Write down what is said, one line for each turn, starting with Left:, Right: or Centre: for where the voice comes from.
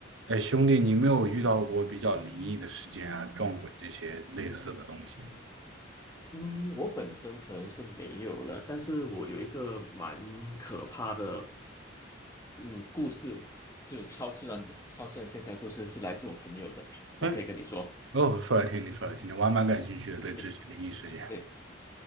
Right: 哎，兄弟，你有没有遇到过比较灵异的事件啊、撞鬼这些类似的东西？
Left: 嗯，我本身可能是没有了，但是我有一个蛮可怕的，嗯，故事，就是超自然的、超自然现象的故事，是来自我朋友的，我可以跟你说。
Right: 哎，哦，说来听听，说来听听，我还蛮感兴趣的，对这些灵异事件。
Left: 对对